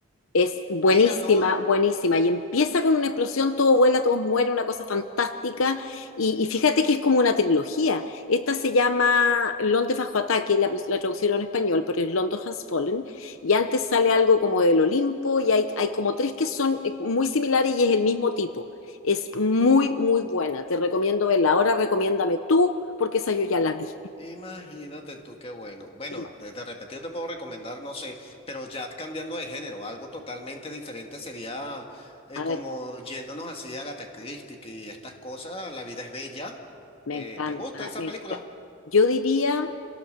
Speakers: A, on the left; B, on the left.
A: Es buenísima,
B: Mira, no.
A: buenísima. Y empieza con una explosión, todo vuela, todos mueren, una cosa fantástica. Y, y fíjate que es como una trilogía. Esta se llama Londres bajo ataque, la, pus- la traducieron en español, pero es London Has Fallen. Y antes sale algo como del Olimpo y hay, hay como tres que son eh, muy similares y es el mismo tipo. Es muy, muy buena. Te recomiendo verla. Ahora recomiéndame tú, porque esa yo ya la vi.
B: Imagínate tú, qué bueno. Bueno,
A: <laughs>
B: de, de repente yo te puedo recomendar, no sé, pero ya cambiando de género, algo totalmente diferente sería eh,
A: A
B: como
A: ver,
B: yéndonos así a Agatha Christie y estas cosas, La vida es bella.
A: me
B: ¿Te,
A: encanta,
B: te gusta esa
A: me
B: película?
A: encanta. Yo diría...